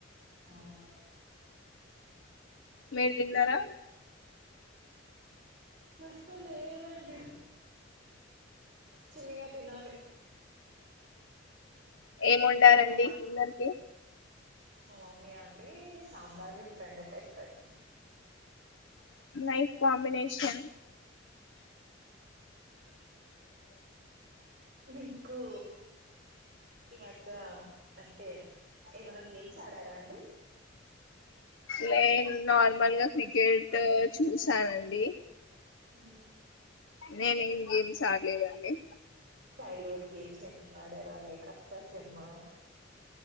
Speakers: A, on the right; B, on the left.
A: అవునా
B: మీరు తిన్నారా
A: మక్క లే దండి చిన్నిగా తినాలి
B: ఏముండారండి
A: ఇవాళ మా
B: డిన్నర్ కి
A: మా మమ్మీ ఆ అండి సాంబార్ విత్ బెండకాయి ఫ్రై
B: నైస్ కాంబినేషన్
A: వింకు ఇ వద్ద అంటే ఏమైనా గేమ్స్ ఆడారా అండి
B: లేైన్ నార్మల్గా క్రికెట్ చూసానండి
A: హు
B: నేనేం గేమ్స్ ఆడలేదండి
A: చైల్డ్హుడ్ గేమ్స్ ఏమన్నా ఆడా లైక్ అష్టా చమ్మా